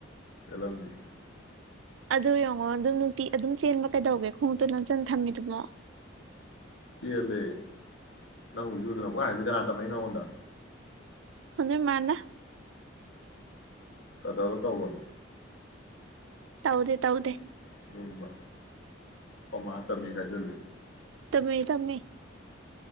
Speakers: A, on the left; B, on the right.
A: ꯂꯃꯦ
B: ꯑꯗꯨ ꯌꯦꯡꯉꯣ ꯑꯗꯨꯝ ꯅꯨꯡꯇꯤ ꯑꯗꯨꯝ ꯆꯦꯟꯕ ꯀꯩꯗꯧꯒꯦ ꯈꯣꯡꯎꯇꯨ ꯂꯝꯆꯟ ꯊꯝꯃꯤꯗꯨꯃꯣ
A: ꯁꯤꯔ ꯂꯩꯦ ꯅꯪ ꯎꯗ ꯅ ꯋꯥ ꯍꯥꯏꯗ ꯀꯅꯥꯇ ꯃꯥꯏ ꯅꯉꯣꯟꯗ
B: ꯑꯗꯨ ꯃꯥꯅ
A: ꯑꯗꯂꯣ ꯇꯧꯕꯧꯕꯟ
B: ꯇꯧꯗꯦ
A: ꯎ
B: ꯇꯧꯗꯦ
A: ꯑꯗꯨꯒꯕ ꯑꯣꯃꯥꯅ ꯇꯝꯃꯦ ꯀꯥꯏꯁꯤꯂ
B: ꯇꯃꯦ ꯇꯃꯦ